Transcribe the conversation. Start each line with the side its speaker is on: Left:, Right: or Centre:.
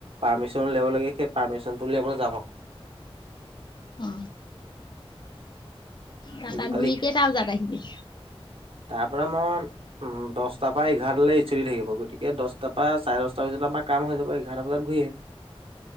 Right: পাৰ্মিশন উলিয়াব লাগে সেই পাৰ্মিশনটো উলিয়াবলৈ যাম আকৌ
Left: অ তাৰপৰা
Right: বুজি পালি
Left: গূৰি কে তজাত আহিবি
Right: তাৰ পৰা মই উম দহটা পাইগ এঘাৰ চলি থাকিব গতিকে দহটাৰ পৰা চাৰে দহটা বজাত আমাৰ কাম হৈ যাব এঘাৰটা বজাত ঘূৰি আহিম